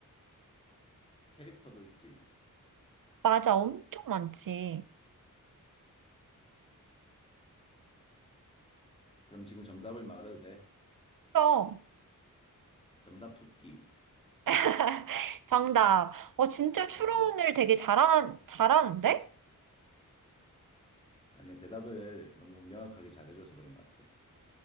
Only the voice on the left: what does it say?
캐릭터도 있지.
그럼 지금 정답을 말해도 돼?
정답 토끼.
아,
아니야. 대답을 너무 명확하게 잘해줘서 그런 것 같아.